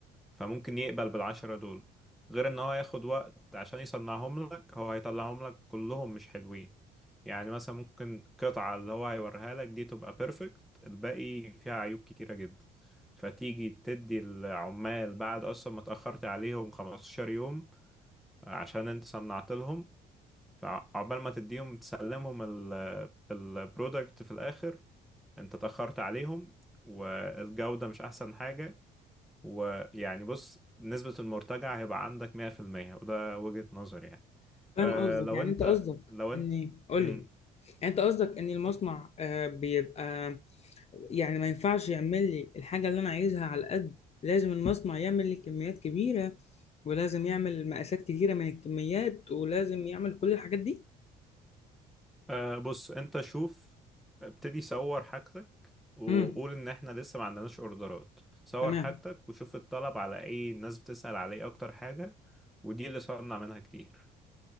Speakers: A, in the centre; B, on the left.
A: فممكن يقبل بالعشرة دول غير ان هو ياخد وقت عشان يصنعهم لك هو هيطلعهم لك كلهم مش حلوين يعني مثلا ممكن قطعة اللي هو هيوريها لك دي تبقى بيرفكت الباقي فيها عيوب كتيرة جدا فتيجي تدي العمال بعد اصلا ما اتأخرت عليهم 15 يوم عشان انت صنعت لهم فعقبال ما تديهم تسلمهم البرودكت في الاخر انت اتأخرت عليهم والجودة مش احسن حاجة ويعني بص نسبة المرتجع هيبقى عندك 100% وده وجهة نظري يعني
B: فاهم
A: أه
B: قصدك
A: لو
B: يعني
A: انت
B: انت قصدك
A: لو
B: اني
A: انت
B: قول
A: مم.
B: لي يعني انت قصدك ان المصنع
A: ك-
B: آه، بيبقى يعني ما ينفعش يعمل لي الحاجه اللي انا عايزها على قد لازم المصنع يعمل لي كميات كبيره ولازم يعمل مقاسات كتيره من الكميات ولازم يعمل كل الحاجات دي
A: أه بص انت شوف ابتدي صور حاجتك وقول
B: امم
A: ان احنا لسه ما عندناش اوردرات صور
B: تمام
A: حاجتك وشوف الطلب على اي الناس بتسأل عليه اكتر حاجة ودي اللي صنع منها كتير